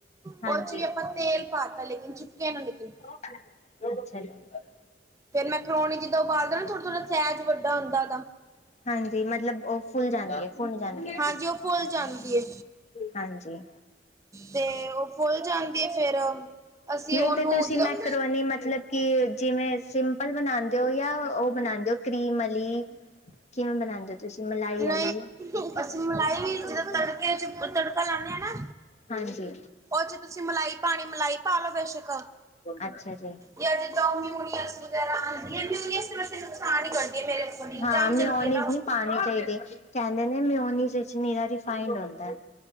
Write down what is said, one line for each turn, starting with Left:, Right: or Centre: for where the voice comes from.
Left: ਹਾਂਜੀ
Right: ਉਹ ਚ ਵੀ ਆਪਾਂ। ਤੇਲ ਪਾਤਾ ਲੇਕਿਨ ਚੁਪਕੇ ਨੂੰ ਲੇਕਿਨ
Left: ਅੱਛਾ,
Right: ਫੇ ਮੈਂ ਕਰੋਣੀ ਜਿੱਦਾ ਉਬਾਲਦਾ ਨਾ ਥੋੜਾ-ਥੋੜ੍ਹਾ ਸਹਿਜ ਵੱਡਾ ਹੁੰਦਾ।
Left: ਹਾਂਜੀ, ਮਤਲਬ ਉਹ ਫੁੱਲ ਜਾਣਗੇ ਫੁੱਲ ਜਾਣਗੇ।
Right: ਹਾਂਜੀ ਉਹ ਫੁੱਲ ਜਾਂਦੀ ਏ
Left: ਹਾਂਜੀ,
Right: ਤੇ ਉਹ ਫੁੱਲ ਜਾਂਦੀ ਏ ਫੇਰ ਅਸੀਂ
Left: ਨਹੀਂ
Right: ਉਹਨੂੰ
Left: ਤੇ ਤੁਸੀਂ
Right: ਜਦੋਂ
Left: ਮੈਂ ਕਰੋਣੀ ਮਤਲਬ ਕਿ ਜਿਵੇਂ ਸਿੰ ਪਲ ਬਣਾਦੇ ਔਰ ਜਾਂ ਉਹ ਬਣਾਦੇ ਓ ਕਰੀਮ ਅਲੀ। ਕਿਵੇਂ ਬਣਾਉਂਦੇ ਹੋ, ਤੁਸੀਂ ਮਲਾਈ ਵਾਲੀ
Right: ਨਹੀਂ ਅਸੀਂ ਮਲਾਈ ਵੀ ਜਿਦੋਂ ਤੜਕੇ ਚ ਤੜਕਾ ਲਾਦੇ ਹਾਂ ਨਾ
Left: ਹਾਂਜੀ,
Right: ਉਹ ਚ ਤੁਸੀਂ ਮਲਾਈ ਪਾਣੀ ਮਲਾਈ ਪਾਲੋ ਬੇਸ਼ੱਕ
Left: ਅੱਛਾ ਜੀ,
Right: ਜਾਂ ਜਿੱਦਾਂ ਉਹ ਮਿਊਨੀਸ ਵਗੈਰਾ ਆਉਂਦੀ ਹੈ, ਮਿਊਨੀ ਵਾਸ ਨੁਕਸਾਨੀ ਕਰਣਦੀ ਮੇਰੇ <unintelligible>
Left: ਹਾਂ
Right: ਚਾਮ
Left: ਮਿਓਨੀਜ਼
Right: ਚੱਲਗੇ ਨਾ,
Left: ਨਹੀਂ ਪਾਉਣੀ ਕਹਿੰਦੇ ਨੇ ਮਿਉਨੀ ਰਿਫੇਡ ਹੁੰਦਾ।